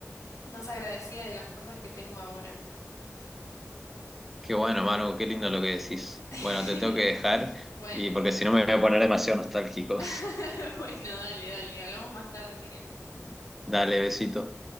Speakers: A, on the left; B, in the centre.
A: más agradecida de las cosas que tengo ahora.
B: Qué bueno, Manu, qué lindo lo que decís.
A: <laughs>
B: Bueno, te tengo que dejar
A: Bueno,
B: y porque si no me voy a poner demasiado nostálgico.
A: <laughs> bueno, dale, dale, hablamos más tarde si quieres.
B: <laughs> Dale, besito.